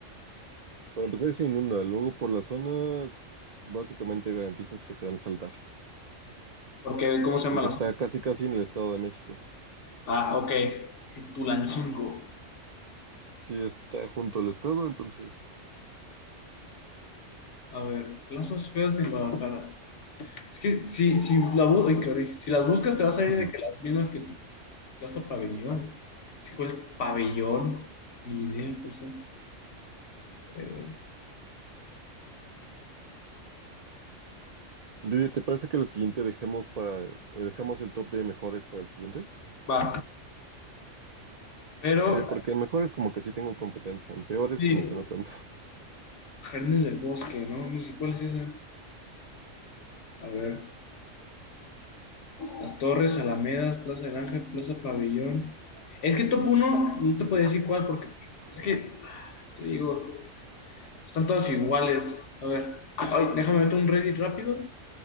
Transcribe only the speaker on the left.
Porque, ¿cómo se llama
las?
Ah, ok. Tulancingo.
A ver, plazas feas en Guadalajara. Es que si, si, la, bu- ay, caray. si las buscas te va a salir
de que las mismas que tu plaza pabellón. Es que cuál es pabellón, ni idea, no sé. Eh,
va, pero
sí,
Jardines del Bosque, ¿no? Ni si cuál es esa. A ver, Las Torres, Alamedas, Plaza del Ángel, Plaza Pabellón. Es que top uno no te puedo decir cuál porque es que, te digo, están todas iguales. A ver, ay, déjame meter un Reddit rápido.